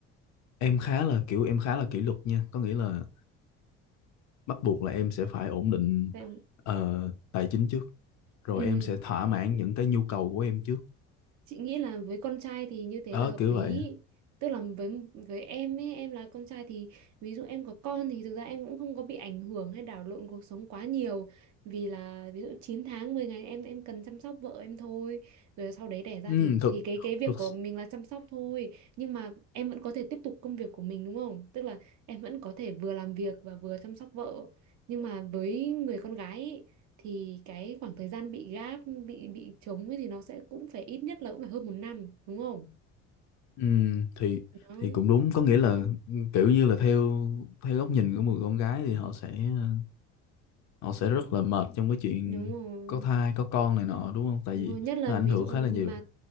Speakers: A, on the left; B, on the right.
A: em khá là kiểu em khá là kỷ luật nha có nghĩa là bắt buộc là em sẽ phải ổn định
B: thế
A: ờ, tài chính trước rồi
B: ừ
A: em sẽ thỏa mãn những cái nhu cầu của em trước
B: Chị nghĩ là với con trai thì như thế
A: đó
B: là hợp
A: kiểu
B: lý.
A: vậy
B: Tức là với với em ấy, em là con trai thì ví dụ em có con thì thực ra em cũng không có bị ảnh hưởng hay đảo lộn cuộc sống quá nhiều vì là ví dụ 9 tháng 10 ngày em em cần chăm sóc vợ em thôi. Rồi sau đấy đẻ ra
A: ừ,
B: thì
A: thực
B: thì cái cái việc
A: thực
B: của mình là chăm sóc thôi, nhưng mà em vẫn có thể tiếp tục công việc của mình đúng không? Tức là em vẫn có thể vừa làm việc và vừa chăm sóc vợ nhưng mà với người con gái ý, thì cái khoảng thời gian bị gáp bị bị trống ấy thì nó sẽ cũng phải ít nhất là cũng phải hơn một năm đúng không
A: ừ, thì
B: nó
A: thì cũng đúng có nghĩa là kiểu như là theo theo góc nhìn của một con gái thì họ sẽ ờ, họ sẽ rất là mệt trong cái chuyện
B: đúng rồi
A: có thai có con này nọ đúng không tại
B: Đúng
A: vì
B: rồi, nhất là
A: nó ảnh
B: ví
A: hưởng
B: dụ
A: khá là nhiều
B: mà